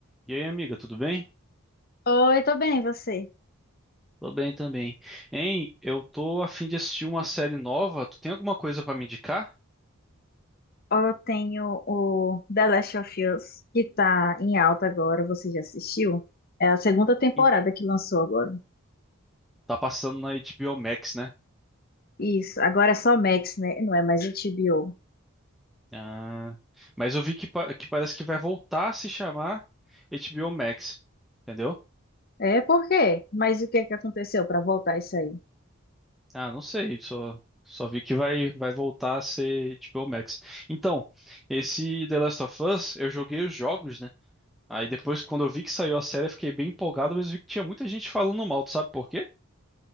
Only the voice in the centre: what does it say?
E aí, amiga, tudo bem?
Tô bem também. Hein, eu tô a fim de assistir uma série nova. Tu tem alguma coisa pra me indicar?
Ih,
Tá passando na HBO Max, né?
Ah, mas eu vi que, pa- que parece que vai voltar a se chamar HBO Max, entendeu?
Ah, não sei, só, só vi que vai, vai voltar a ser HBO Max. Então, esse The Last of Us, eu joguei os jogos, né? Aí depois, quando eu vi que saiu a série, eu fiquei bem empolgado, mas eu vi que tinha muita gente falando mal. Tu sabe por quê?